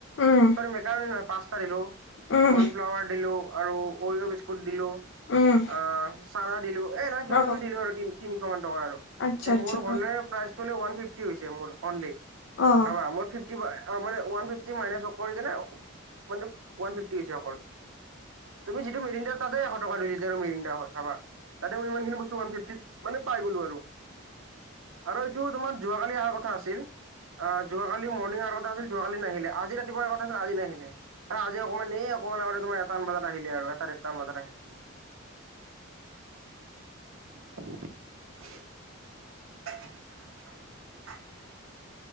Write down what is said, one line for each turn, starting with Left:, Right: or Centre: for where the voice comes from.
Left: উম
Right: চৰি মেকাৰণী নহয় পাস্তা দিলো।
Left: উম
Right: কৰ্ণফ্লাৱাৰ দিলো, আৰু <unintelligible> বিস্কুট দিলো।
Left: উম
Right: অ', চানা দিলো। এ নাই কিবা
Left: অ
Right: কিবি দিলো <unintelligible> আৰু তি তিনিশ মান টকাৰ আৰু।
Left: আচ্ছা
Right: এ
Left: আচ্ছা
Right: মোৰ হলে প্ৰাইচটো মানে ওৱান ফিফটি হৈছে। মোৰ, অনলি।
Left: অ
Right: <unintelligible> মোৰ ফিফটি মানে ওৱান ফিফটি মাইচ কৰি কিনে, মানে ওৱান ফিফটি হৈছে। অকল তুমি যিটো মিৰিণ্ডাৰ তাতেই এশ টকা, দুই লিটাৰৰ হয় ভাবা। তাতেই মই ইমানখিন বস্তু, ওৱান ফিফটিত মানে পাই গলো। আৰু আৰু এইটো তোমাৰ যোৱাকালি অহাৰ কথা আছিল। অ', যোৱাকালি মৰ্ণিং অহাৰ কথা আছিল। যোৱাকালি নাহিলে, আজি ৰাতিপুৱা অহাৰ কথা আছিল আজি নাহিলে। আজি অকণমান এই অকণমান আগতে তোমাৰ এটা মান বজাত আহিলে আৰু, এটা ডেৰটামান বজাত আহিলে। <inaudible> <inaudible>